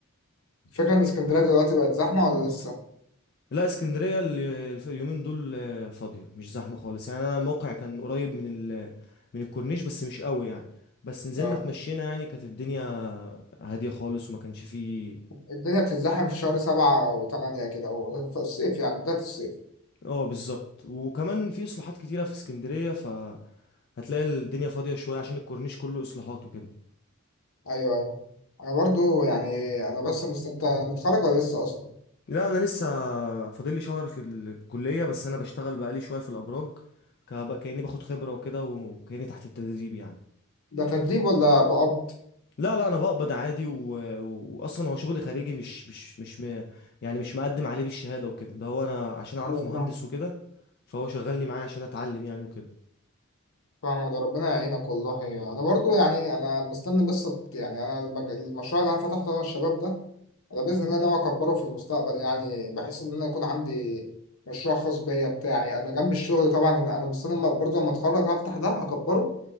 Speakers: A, on the left; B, on the left.
A: الفكره ان اسكندريه دلوقتي بقت زحمه ولا لسه؟
B: لا اسكندرية ال- الف- اليومين دول آه، فاضية مش زحمة خالص يعني أنا الموقع كان قريب من ال من الكورنيش بس مش قوي يعني بس نزلنا
A: اه
B: اتمشينا يعني كانت الدنيا هادية خالص وما كانش فيه
A: الدنيا بتتزحم في شهر سبعة وثمانية كده أو في الصيف يعني بداية الصيف
B: اه بالظبط وكمان في إصلاحات كتيرة في اسكندرية فهتلاقي الدنيا فاضية شوية عشان الكورنيش كله إصلاحات وكده
A: أيوه أيوه أنا برضو يعني أنا بس مست... أنت متخرج ولا لسه أصلا؟
B: لا أنا لسه فاضلي شهر في الكلية بس أنا بشتغل بقالي شوية في الأبراج كب- كأني باخد خبرة وكده وكأني تحت التدريب يعني
A: ده تدريب ولا بقبض
B: لا لا انا بقبض عادي و... واصلا هو شغل خارجي مش مش مش م... يعني مش مقدم عليه بالشهاده وكده ده هو انا عشان اعرف
A: أيوة
B: مهندس
A: فاهم
B: وكده فهو شغلني معاه عشان اتعلم يعني وكده
A: فاهم ده ربنا يعينك والله انا برضو يعني انا مستني بس أت- يعني انا المج... المشروع اللي انا فتحته انا والشباب ده انا باذن الله ناوي اكبره في المستقبل يعني بحيث ان انا يكون عندي مشروع خاص بيا بتاعي انا جنب الشغل طبعا انا أنا مستني لما- برضو لما اتخرج هفتح ده هكبره